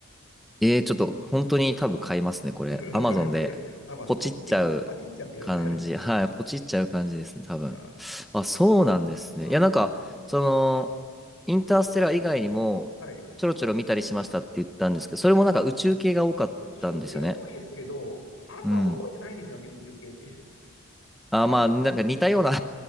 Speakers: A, in the centre; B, on the left.
A: ええちょっと本当に多分買いますね、これ。
B: <laughs>
A: アマゾンで
B: アマゾンパチって、
A: ポチっちゃう感じ。
B: パチっちゃってください。<laughs>
A: <laughs> はい、ポチっちゃう感じですね、多分。
B: あ
A: あ、そうなんですね。
B: あ
A: いや、なんか、その、インターステラー以外にも、
B: はい。
A: ちょろちょろ見たりしましたって言ったんですけど、それもなんか宇宙系が多かったんですよね。
B: 宇宙系多いですけど、あんま覚えてないんですよね、
A: うん。
B: 宇宙系って。<laughs>
A: あ、
B: まあ、で
A: まあ、なんか似たような